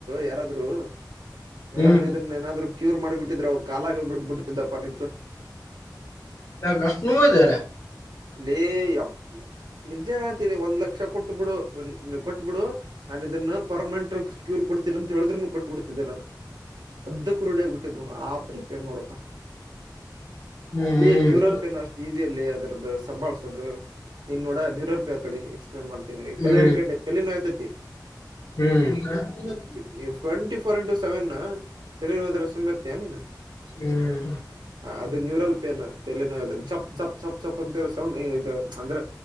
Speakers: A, on the right; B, on the left.
A: ಯಾರಾದ್ರರು
B: ಹ್ಮ್
A: ಏನಾದ್ರು ಇದನ್ನ ಏನಾದ್ರು ಕ್ಯೂರ್ ಮಾಡಿಬಿದ್ರ ಅವರು ಕಾಲಾಗ ಬಿದ್ ಬಿಡ್ಟದ್ದಪ್ಪ <inaudible>
B: ಯ ಕಷ್ಟನುತಲ್ಲ <inaudible>
A: ಲೇ ಯ ನಿಜ ಹೇಳ್ತೀನಿ ಒಂದ್ ಲಕ್ಷ ಕೊಟ್ಟ ಬಿಡು ಕೊಟ್ಬಿಡು ನಾನ ಇದನ್ನ ಪರ್ಮನೆಂಟ್ ಕ್ಯೂರ್ ಕೊಡ್ತೀರ ಅಂತ ಹೇಳಿದ್ರರುನು ಕಟ್ಟಬಿಡ್ತಿದ್ದೇ ನ ಅದಕ್ಕ ಕ ರೀಡಿಯಗ್ ಬಿಟ್ಟಿದ್ ಆ ಪ್ರಿಪೇರ್ ನೋಡಪ್ಪ
B: ಹ್ಮ್
A: ನೀ ನೀವರಲ್
B: ಹ್ಮ್
A: ಪೇನ್ ಅಷ್ಟ <unintelligible> ಟಜಿಯಲ್ಲಿ ಅದರದ್ದು ಸಂಬಾಳ್ಸೋದು ನೀನ್ ನೋಡ ನಿರೋಪಿಯತಡಿ ಎಕ್ಸ್ಪ್ಲೇನ್ ಮಾಡ್ತೀನಗೆ
B: ಹ್ಮ್
A: ತಲೆ ಹಿಕೊಂಡಿ ತಲನೋಯತೈತಿ
B: ಹ್ಮ್
A: ನೀ ಟ್ವೆಂಟಿ ಫೋರ್ ಇಂಟು ಸೆವೆನ್ ತಳರೋದ್ರ ಸುಮ್ಮಿ ಇರ್ತಯ ನೀನ
B: ಹ್ಮ್
A: ಹ ಅದು ನ್ಯೂರಲ್ ಪೇನ್ ತಲನೋ ಜಪ್ ಜಪ್ ಜಪ್ ಜಪ್ ಅಂತ ಸೌಂಡ್ ಇದು ಅಂದ್ರೆ